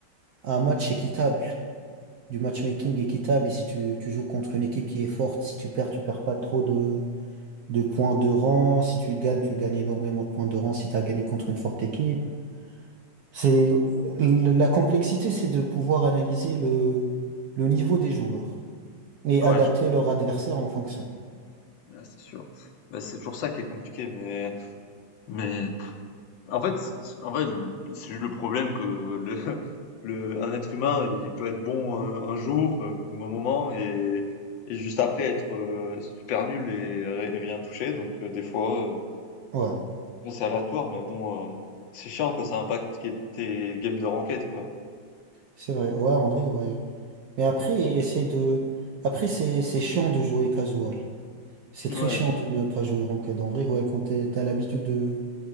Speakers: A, on the right; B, on the left.
A: un match équitable, du matchmaking équitable. Et si tu, tu joues contre une équipe qui est forte, si tu perds, tu perds pas trop de, de points de rang. Si tu gagnes, tu gagnes énormément de points de rang si tu as gagné contre une forte équipe. C'est, la complexité, c'est de pouvoir analyser le, le niveau des joueurs. et
B: Ouais,
A: adapter
B: je vois.
A: leur adversaire en fonction.
B: Ouais, c'est sûr. Bah, c'est toujours ça qui est compliqué, mais mais En fait, c- c- en vrai, le- c'est juste le problème que le, <laughs> le, un être humain, il peut être bon un, un jour euh, ou un moment et, et juste après être euh, super nul et, et rien toucher. Donc euh, des fois, euh,
A: Ouais,
B: bon, c'est aléatoire, mais bon, euh, c'est chiant quand ça impacte tes tes games de ranked, quoi.
A: c'est vrai. Ouais, en vrai, ouais. Mais après, essayer de. Après, c'est c'est chiant de jouer casual. C'est très
B: Ouais,
A: chiant de ne pas jouer ranked. En vrai, ouais, quand t'es- t'as l'habitude de,